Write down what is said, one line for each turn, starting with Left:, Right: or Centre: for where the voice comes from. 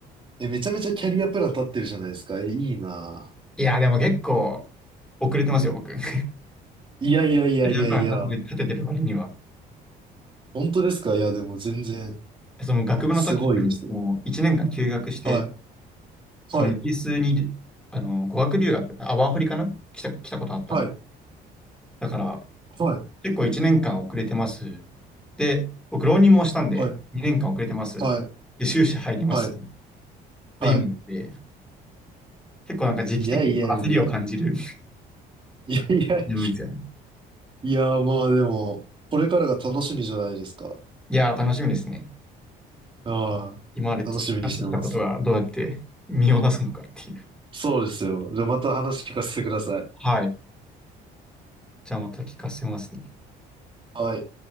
Right: え、めちゃめちゃキャリアプラン立ってるじゃないですか。え、いいな
Centre: いや、でも結構、遅れてますよ、僕。<laughs> キ
Right: いやいやいやいやいや。
Centre: ャリアプラン立ててる割には。
Right: 本当ですかいや、でも全然、
Centre: その学部の時とかに、
Right: すごいです。
Centre: もう1年間休学して、
Right: はい、
Centre: そのイギリスに、
Right: はい、
Centre: あの、語学留学、あ、ワーホリかな来た、来たことあったんで。
Right: はい、
Centre: だから、
Right: はい、
Centre: 結構1年間遅れてます。で、僕、浪人もしたんで、
Right: はい、
Centre: 2年間遅れてます。
Right: はい、
Centre: で、修士入ります。
Right: はい、
Centre: で、
Right: はい。
Centre: 今で、結構なんか時期的に焦りを感じる
Right: いやいやいや。いやいや、
Centre: <laughs> いですよね。
Right: いや、まあでも、これからが楽しみじゃないですか。
Centre: いやー、楽しみですね。
Right: ああ、
Centre: 今まで培ってきたことがどうやって身を出すのかっていう。
Right: 楽しみにしてます。そうですよ。じゃあまた話聞かせてください。
Centre: はい。じゃあまた聞かせますね。
Right: はい。